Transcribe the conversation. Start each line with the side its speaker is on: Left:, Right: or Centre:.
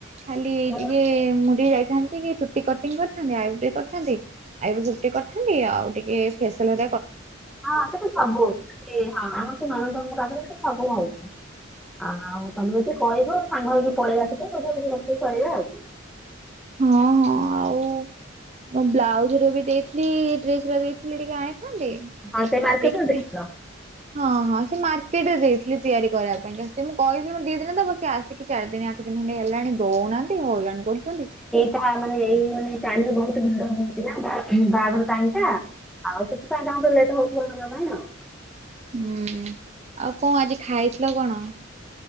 Right: ଖାଲି ଏଇ
Centre: ହଁ
Right: ଟିକେ ମୁଡି ଯାଇ ଚୁଟି କଟି କରିଥାନ୍ତି ଆ କରିଥାନ୍ତି ଆଇୁଟି କରିଥାନ୍ତି ଆଉ ଟିକେ ଫେସିଆଲ
Centre: ହଁ ସେଠି ସବୁ ହଉଛି ହଁ ଆମର ସେ ନନନ୍ଦଙ୍କ ପାଖରେ ସେ ସବୁ ହଉଛି ଆଉ ତମେ ଯଦି କହିବ ସାଙ୍ଗ ହେଇକି ପଳେଇବା ସେଥିପାଇଁ ବଝାର କରିବା ଆଉ
Right: ହଁ ହଁ ଆଉ ବ୍ଲାଉଜ ବି ଦେଇଥିଲି ଡ୍ରେସ ଦେଇଥିଲି ଟିକେ ଆଣିଥାନ୍ତି
Centre: ହଁ ସେଇ
Right: ଆଉ ଦେଖି
Centre: ରେ ଦେଖ
Right: ହଁ ହଁ ସେ ମାର୍କେଟ ରେ ଦେଇଥିଲି ତିଆରି କରିବା ପାଇଁ ସେ ମୁଁ କହିଥିଲି ମତେ ଦି ଦିନ ତ ବସି ଆସିକି ଚାରି ଦିନ ଆଠ ଦିନ ଖଣ୍ଡେ ହେଲାଣି ଦଉନାହାନ୍ତି ହଉଜଣ କରୁଛନ୍ତି
Centre: ତା ମାନେ ଏଇ ମାନେ ଟାଇମରେ ବହୁତ ଭିଡ ହଉଛି ନା ବାହାଘର ଟାଇମ ଟା ଆଉ ସେଥିପାଇଁ ତାଙ୍କୁ ଲେଟ ହଉଥିଲା ଦେବା ପାଇଁ ଆଉ
Right: ହୁଁ ଆଉ କଣ ଆଜି ଖାଇଥିଲ କଣ